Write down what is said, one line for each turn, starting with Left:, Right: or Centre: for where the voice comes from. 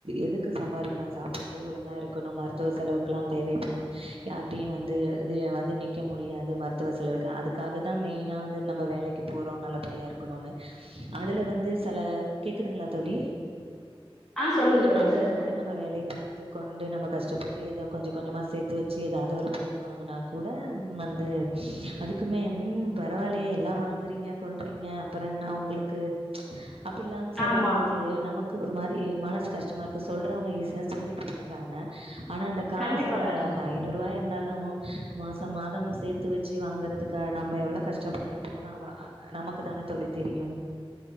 Right: எதுக்கு சம்பாரிக்கிறோ சாப்புட்டு ஒழுங்கா இருக்கணும் மருத்துவ செலவுக்குலா தேவைப்படும் யார் நீ வந்து து வந்து நிக்க முடியாது மருத்துவ செலவுக்கு அதுக்காக தா மெயினா வந்து நம்ம வேலைக்கு போறோ நல்லபடியா இருக்கணுன்னு அதுல வந்து செல கேக்குதுங்களா தோழி
Centre: ஆ சொல்லுங்க தோழி
Right: அதுல
Centre: சொல்லுங்க
Right: வந்து நம்ம வேலைய பாத் து கொ நிண்டு நம்ம கஷ்டப்பட்டு ஏதோ கொஞ்சோ கொஞ்சமா சேத்து வச்சி ஏதாவது ஒரு பொருள் வாங்குனா கூட வந்து அதுக்குமே ம் பரவால்லயே எல்லா வாங்குறீங்க கொள்றீங்க அப்பறோ என்ன உங்களுக்கு அப் பிட்லாம் சொல்லம்போது
Centre: ஆமா
Right: நமக்கு ஒரு மார் ரி மனசு கஷ்டமா இருக்கு சொல்றவங்க ஈசியா சொல்லிட்டு போயிட்றாங்க ஆனா அந்த காச
Centre: கண்டிப்பா கண்டி
Right: அந்த ஐநூறுவாய இருந்தாலு மாசோ மாதம் சேத்து வச்சி வாங்கறதுக்கா நம்ப எவ்ளோ கஷ்டப்பட்ருப் போனாவா நமக்கு தான தோழி தெரியும்